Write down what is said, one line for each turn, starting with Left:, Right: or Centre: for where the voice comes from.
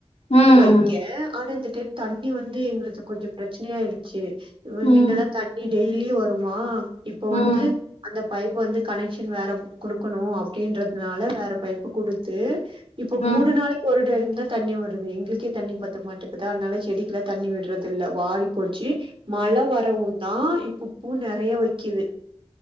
Right: பூ
Left: ம்
Right: வெக்க ஆனா இந்த டைம் தண்ணி வந்து எங்களுக்கு கொஞ்ச பிரச்சனையாயிடுச்சு
Left: ம்
Right: முன்னெல்லா தண்ணி டெய்லியு வருமா இப்ப
Left: ம்
Right: வந்து அந்த பைப்பு வந்து கனெக்க்ஷன் வேற குடுக்கணு அப்டின்றதுனால வேற பைப்பு குடுத்து இப்ப
Left: ம்
Right: மூணு நாளா ஒரு டைம் தா தண்ணி வருது எங்ளுக்கே தண்ணி பத்த மாட்டுக்குதா அத்னால செடிக்குலா தண்ணி விட்டறதில்ல வாடி போச்சு மழ வரவுந்தா இப்ப பூ நெறைய வெக்கிது